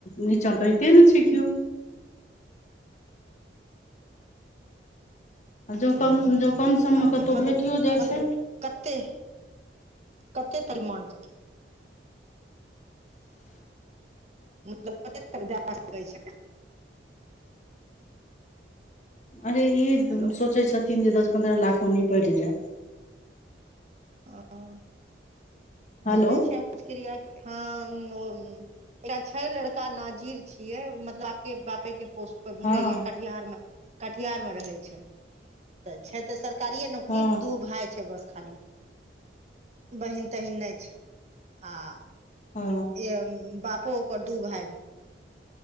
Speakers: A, on the left; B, on the right.
A: नीचाँ कहिते नहि छै केओ आ जौ कम जौ कम सममे
B: मतलब
A: कतौ भेटियो जाय
B: मतलब
A: छै
B: कते कते तक मांग छै मतलब कते तक दए सकय छै
A: अरे ई
B: हेलो
A: सोचै छथिन जे दस पन्द्रह लाख मे निपटि जाय
B: ओ
A: हेलो
B: देखै छियै आ प्रक्रिया हँ ओ एक छै लड़का नाजिर छीयै मतलब आप के बापे के पोस्ट भेलै
A: हँ
B: ये कटिहारमे कटिहार मे रहै छै तऽ छै तऽ सरकारिये नौकरी
A: हँ
B: दू भाय छै बस खाली बहिन तहि नहि छै आ
A: ओ
B: ए बापो, ओकर दू भाय रहै।